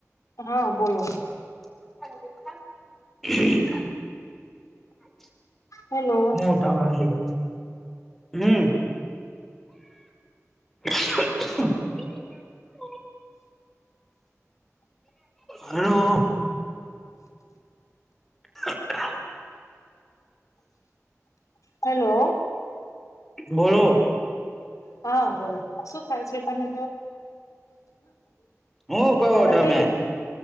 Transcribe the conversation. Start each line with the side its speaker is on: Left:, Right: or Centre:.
Left: હા બોલો.
Centre: <unintelligible>
Left: હેલો
Centre: હું ઉતાવળ લી હમ્મ <unintelligible> હલો, <unintelligible>
Left: હેલો,
Centre: બોલો
Left: હા. શું થાય છે તમે
Centre: હું કહો
Left: <inaudible>
Centre: તમે
Left: જઈએ.